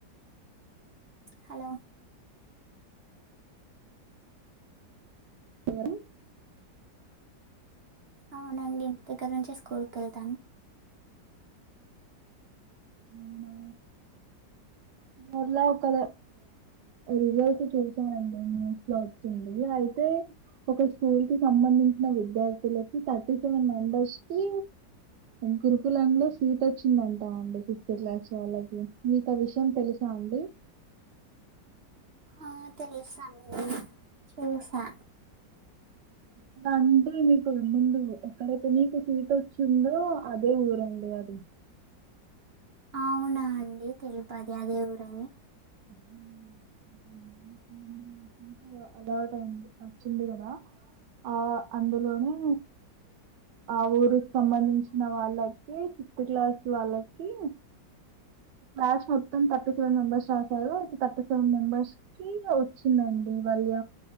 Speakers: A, on the right; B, on the right.
A: హలో
B: ఎవరు
A: అవువు అండి ఇక్కడి నుంచే స్కూల్ కి వెళ్తాను
B: అవునా మళ్ళ ఒక రిలేటివ్ చూశానండి న్యూస్ లో వచ్చింది అయితే ఒక స్కూల్ కి సంబంధించిన విద్యార్థులకి థర్టీ సెవెన్ మెంబర్స్ కి గురుకుల లో సీట్ వచ్చిందంటా అండి ఫిఫ్త్ క్లాస్లో వాళ్ళకి మీకా విషయం తెలుసా అండి
A: ఆ తెలుసండి చూసా
B: <inaudible> అ అంటే మీకు ముందు ఎక్కడైతే నీకు సీట్ వచ్చిందో అదే ఊరండి అది <inaudible>
A: అవునా అండి తెలిపది అదే ఊరని
B: <unintelligible> ఆ డౌట్ అండి వచ్చింది కదా ఆ అందులోనే ఆ ఊరుకి సంబంధించిన వాళ్ళకి ఫిఫ్త్ క్లాస్ వాళ్ళకి క్లాస్ మొత్తం థర్టీ సెవెన్ మెంబర్స్ రాశారు అయితే థర్టీ సెవెన్ మెంబర్స్ కి వచ్చిందండి వాళ్ళ